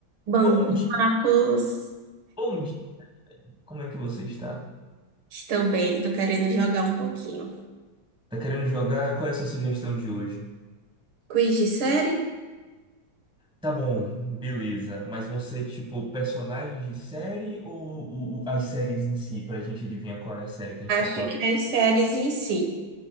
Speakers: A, on the right (about 85°); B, in the centre.
A: Bom,
B: Bom
A: dia,
B: dia,
A: Marcos,
B: bom dia. Como é que você está?
A: estou bem, tô querendo jogar um pouquinho.
B: Tá querendo jogar? Qual é a sua sugestão de hoje?
A: Quiz de série?
B: Tá bom, beleza. Mas vão ser tipo personagens de série ou, o- o- as séries em si, pra gente adivinhar qual é a série que a
A: Acho
B: gente tá falando?
A: que as séries em si.